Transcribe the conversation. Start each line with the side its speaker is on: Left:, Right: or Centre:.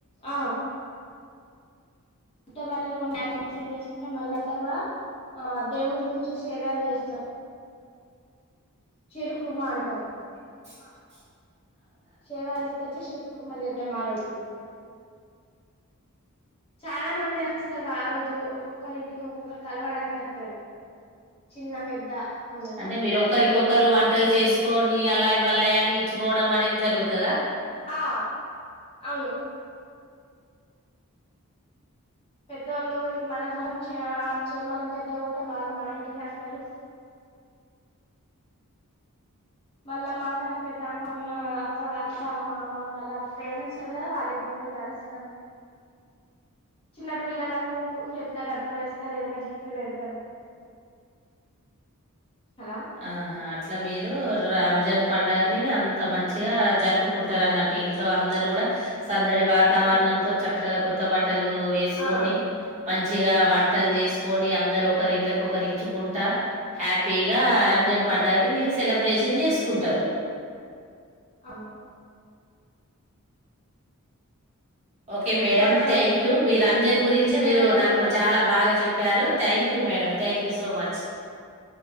Left: ఆ ఇట్ట బట్టలు కొని <inaudible> తిన్నాం మళ్ళ అట్ల కూడా ఆ దేవుని గురించి సేవయాలు చేస్తాం చెరుకు రుమా అంటాం
Right: చెరుకు రుమా అంటాం
Left: సేవ తీస్కో చి శిర్ కుర్మా చేతాం ఆ రోజు చాలా మంది వస్తారు ఆ రోజు జు ఒక్కొక్కళ ఇంటికి ఒక్కొక్కరు కలవడానికి వతరు చిన్న పెద్ద అని
Right: అంటే మీరు ఒకరికిఒకరు వం వంటలు చేసుకొని అలాయ్ బాలయ్ అని ఇచ్చుకోవడం అనేది జరుగుతదా
Left: ఆ అవును పెద్దోళ్ళు ఇటికీ మనం బోంచే చి పెద్దగా ఉంటే వాళ్ళు మన ఇంటికి వస్తారు మళ్ళ మాకన్నా పెద్ద అమ్మ ఉన్ మొత్తం అత్త మామ మళ్ళ పేరెంట్స్ ఉన్నారు కదా వాళ్ళ ఇంటికి పోయి కలుస్తాం చిన్న పిల్లలకు చెట్ల డబ్బులు వేస్తారు ఏదైనా గిఫ్ట్ పెడతారు హలో
Right: ఆహా అట్లా మీరు రంజాన్ పండగని అంత మంచి గా జరుపుకుంటారు అన్నట్టు ఇంట్లో అందరు కూడా సందడి వాతావరణంతో,
Left: ఆ
Right: చక్కగా కొత్త బట్టలు వేసుకొని,
Left: ఆ
Right: మంచిగా వంట్ వంటలు చేసుకొని అందరు ఒకరి ఇండ్లకి ఒకరు ఇచ్చుకుంటా హ్యాపీ ఇగ రంజాన్
Left: ఆ
Right: పండగని మీరు సి సెలబ్రేషన్ చేసుకుంటారు
Left: అవు
Right: ఓకే మేడం
Left: చాలా
Right: థ్యాంక్ మీ రంజాన్ గురించి
Left: అందరు
Right: మీరు
Left: ఎవరు పడితే
Right: నాకు
Left: వాళ్ళు
Right: చాలా బాగా చెప్పారు
Left: వస్తారు
Right: థ్యాంక్ you madam thank you so much